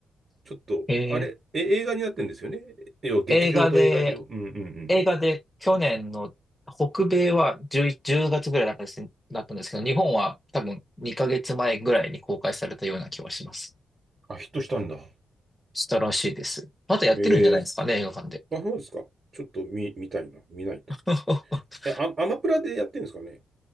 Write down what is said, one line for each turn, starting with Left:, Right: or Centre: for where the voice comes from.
Right: ちょっと、
Centre: えー
Right: あれ、え、映画になってんですよね。要は劇場と映画両、
Centre: 映画で、
Right: うんうんうん。
Centre: 映画で去年の北米は10、1月ぐらいだったですだったんですけど、日本は多分2ヶ月前ぐらいに公開されたような気はします。
Right: あ、ヒットしたんだ。
Centre: したらしいです。まだやってるんじゃないですかね、
Right: ええ。
Centre: 映画館で。
Right: あ、そうですか。ちょっと見、見たいな。見ないと。
Centre: <laughs>
Right: え、ア、アマプラでやってんですかね。